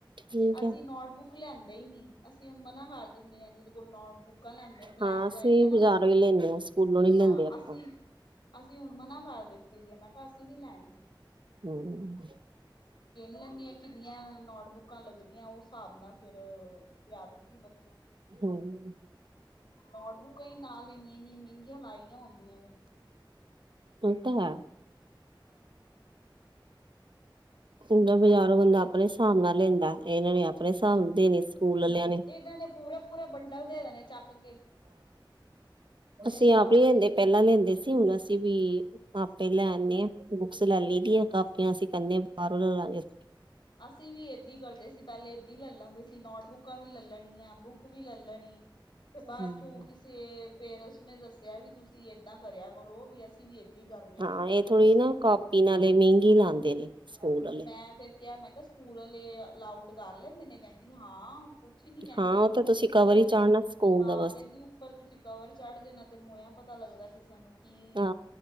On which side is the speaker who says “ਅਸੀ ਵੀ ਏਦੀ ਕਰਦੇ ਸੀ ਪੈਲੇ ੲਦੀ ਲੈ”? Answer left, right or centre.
Left